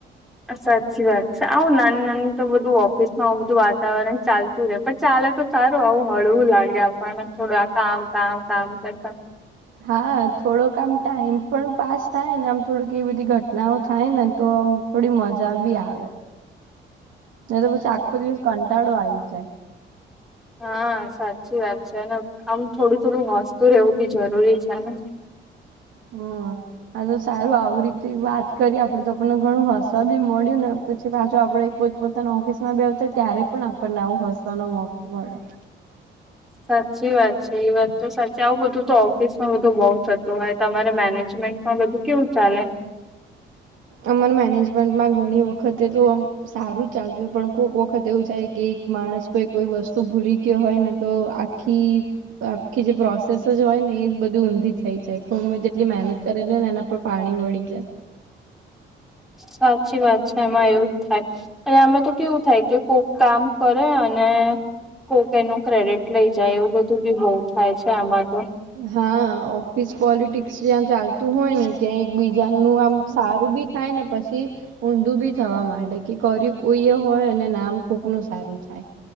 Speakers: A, in the centre; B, on the right.
A: સાચી વાત છે, આવું ના નાની તો બધું ઓફિસ માં આવું બધું વાતાવરણ ચાલતું. પણ ચાલે, તો સારું આવું હળવું લાગે, આપણ થોડું કામ કામ કામ કરતા. <unintelligible>
B: હા, થોડોક આમ ટાઈમ પણ પાસ થાય ને, આમ થોડક એવી બધી ઘટનાઓ થાય ને, તો આમ. થોડી મજા બી આવે ને, તો પછી આખો દિવસ કંટાળો આવી જાય.
A: હા, સાચી વાત છે ને. આમ, થોડું-થોડું હસ્તુ રહેવું બી જરૂરી છે ને. <inaudible>
B: હમ આ તો સારું આવે, રીતે વાત કરી આપડે, તો આપને ઘણું હસ્યા બી મળ્યું ને. પાછુ આપણે પોતાના ઓફિસમાં બેતા, ત્યારે પણ આપણને આવું હસવાનો મોકો મળે.
A: સાચી વાત છે, એ વાત તો સાચી. આવું બધું તો ઓફિસ માં બધું બહુ થતું હોય, તમારે મેનેજમેન્ટમાં બધું. કેવું ચાલે?
B: અમાન મેનેજમેન્ટમાં ઘણી વખત તે તો આમ સારું ચાલતું હોય, પણ કોક વખત એવું છાય કે, માણસ કોઈ કોઈ વસ્તુ ભૂલી ગયો હોય ને, તો આ કી તો આખી જે પ્રોસેસજ હોય ને, એ બધી ઊંધી થઈ જાય, ગમે તેટલી મહેનત કરેલી હો ને, એના પર પાણી વળી જાય.
A: સાચી વાત છે, એમાં એવું જ થાય. અને આમાં તો કેવું થાય, કે કોક કામ કરે અને કોકે એનું ક્રેડિટ લઇ જાય, એવું બધું બી બહુ થાય છે આમાં તો.
B: હા, ઓફિસ પોલિટિકસ જ્યાં ચાલતું હોય ને ત્યાં એક બીજાનું આમ સારું બી થાયને, પછી ઊંધું બી થવા માંડે, કે કર્યું કોઈ એ હોય, અને નામ કોકનું સારું થાય.